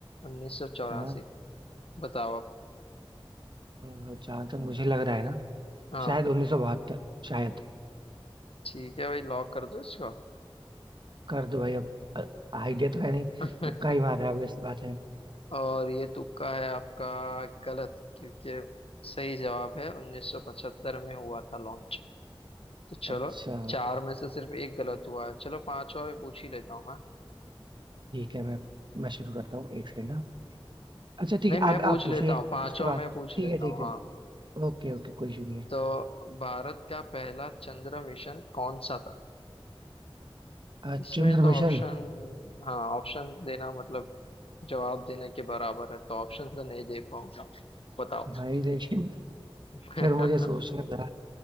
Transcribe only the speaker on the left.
उन्नीस सौ चौरासी
बताओ आप
हाँ
ठीक है भाई लॉक कर दो इसको
<laughs>
और ये तुक्का है आपका गलत क्योंकि सही जवाब है 1975 में हुआ था लॉन्च तो चलो
चार में से सिर्फ एक गलत हुआ है चलो पांचवा भी पूछ ही लेता हूँ मैं
नहीं
मैं
पूछ
लेता
हूँ पांचवा
मैं पूछ
लेता
हूँ
हाँ
तो भारत का पहला चंद्र मिशन कौन सा था
इसमें
तो
ऑप्शन हाँ ऑप्शन देना मतलब जवाब देने के बराबर है तो ऑप्शन तो नहीं दे पाऊंगा बताओ
<laughs>